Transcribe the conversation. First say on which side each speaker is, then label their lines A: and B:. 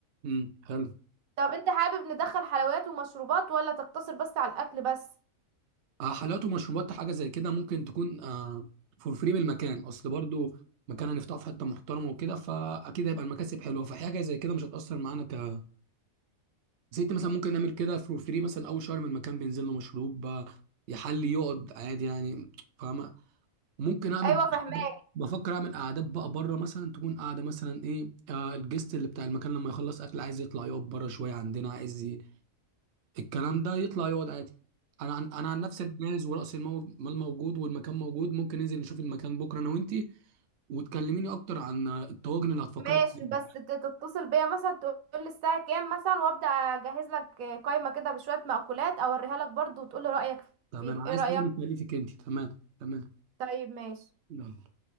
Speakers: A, on the right; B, on the right.
A: امم حلو
B: طب انت حابب ندخل حلويات ومشروبات ولا تقتصر بس على الاكل بس
A: آه، حلويات ومشروبات حاجه زي كده ممكن تكون آه، فور فري من المكان اصل برضو مكان هنفتحه في حته محترمه وكده فاكيد هيبقى المكاسب حلوه فحاجه زي كده مش هتاثر معانا ك زيت مثلا ممكن نعمل كده فور فري مثلا اول شهر من المكان بينزل له مشروب آه، يحلي يقعد عادي يعني فاهمه ممكن اعمل
B: ايوه فهماك
A: <laughs> بفكر اعمل قعدات بقى بره مثلا تكون قاعده مثلا ايه آه الجست اللي بتاع المكان لما يخلص اكل عايز يطلع يقعد بره شويه عندنا عايز الكلام ده يطلع يقعد عادي انا عن انا عن نفسي أنا جاهز ورأس المال موجود والمكان موجود ممكن ننزل نشوف المكان بكره انا وانتي وتكلميني اكتر عن الطواجن اللي هتفكري
B: ماشي
A: فيها
B: بس ت- تتصل بيا مثلا تقول لي الساعة كام مثلا وابدأ اجهز لك قائمة كده بشوية مأكولات اوريها لك برضو وتقول لي رأيك
A: تمام
B: فيها
A: عايز
B: ايه رأيك
A: تيجي نتكلفك انتي تمام تمام
B: طيب ماشي
A: يلا